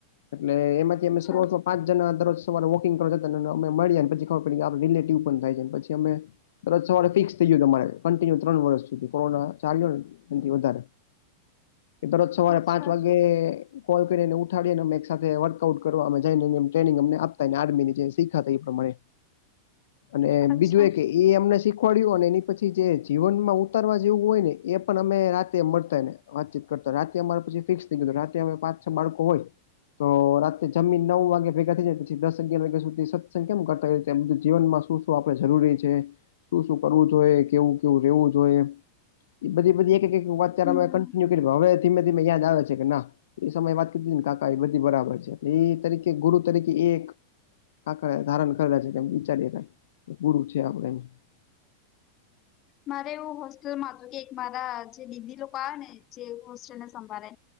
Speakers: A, on the left; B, on the left.
A: એટલે એમાંથી અમે
B: અચ્છા
A: શરૂવાત પાંચ જણા દરરોજ સવારે વોકિંગ કરતા અને અમે મળીએ પી ખબર પડી રિલેટિવ પણ થાય જાય પછી અમે દરોજ સવારે ફિક્સ થ ગયું તમારે કન્ટિન્યુ ત્રણ વર્ષ સુધી. કોરોના ચાલ્યોને એ વધારે દરરોજ સવારે
B: અચ્છા
A: પાંચ વાગે. કોલ કરીને ઉઠાડીને એક સાથે વર્કઆઉટ કરવા જ ટ્રેનિંગ આપ આર્મી જે શીખાતા એ પ્રમાણે અને
B: અચ્છા
A: બીજું એ કે એ અમને શીખવાડ્યું અને એની પછી જે જીવનમાં ઉતરવા જેવું હોય ને એ પણ અમે મળતા ને વાતચીત કરતા રાતે અમારે પછી ફિક્સ થઈ ગયું રાતે અ પાચ છ બાળકો હોય. તો રાતેે જમી નવ વાગે ભેગા થઈ જાય પછી દસ અગિયાર વાગ્યા સુધી. સંખ્યા કરતા એમ જીવનમાં શું શું આપડે જરૂરી છે. શું શું કરવું જોઈએ કેવું કેવું રહેેવું જોઈએ. એ બધી બધી એક એક એક વાત ત્યારે
B: હમ
A: મે કન્ટિન્યુ કરી હવે ધીમે ધીમે યાદ આવે છે કે ના એ સમયે વાત કરીધી ને કાકા એ બધી બરાબર છે એટલે એ તરીકે ગુરુ તરીકે એક કાકાએ ધારણ કરેલા છે કેમ વિચારીએ ક કે ગુરુ છે આપડે એ <inaudible> <unintelligible>
B: મારે એવું હોસ્ટેલમાં હતું કે એક મારા જે દીદી લોકો આવે ને જે હોસ્ટેલ ને સંભાળે.